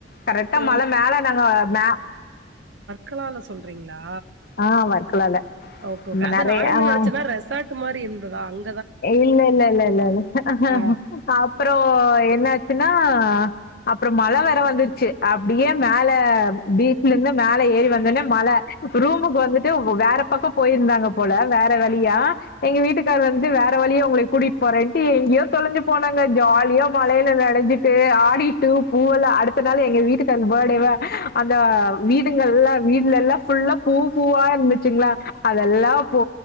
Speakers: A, on the left; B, on the right.
A: கரெக்டா
B: ஓ
A: மல மேல நாங்க மே
B: க்ளால சொல்றீங்க லா
A: ஆ வர்க்கலால
B: ஓகோ ஓகே அத
A: நெறைய
B: நா என்ன
A: ஆ
B: நெனச்சனா ரெசார்ட் மாரி இருந்துதா அங்
A: இல்ல இல்ல இல்ல ல்ல ல்ல
B: ஆ
A: அப்றோ என்னாச்சினா அ அப்றோ மல வேற வந்துச்சு அப்டியே மேல பீச்லருந்து மேல ஏறி வந்தோனே மல ரூமுக்கு வந்துட்டு வேற பக்கோ போயிருந்தாங்க போல வேற வலியா எங்க வீட்டுக்கார் வந் து வேற வழிய உங்களை கூட்டிட் போறேன்ட்டு எங்கயோ தொலஞ்சு போனாங்க ஜாலியா மலயில நனஞ்சிட்டு ஆடிட்டு பூவல அடுத் இத்தன்ன நாளு எங்க வீட்டுக்காரூக்கு பர்ட்டேவா அந்த வீடுங்கள் எல்லா வீட்ல எல்லா ஃபுல்லா பூ பூவா இருந்துசுங்களா அதெல்லா போ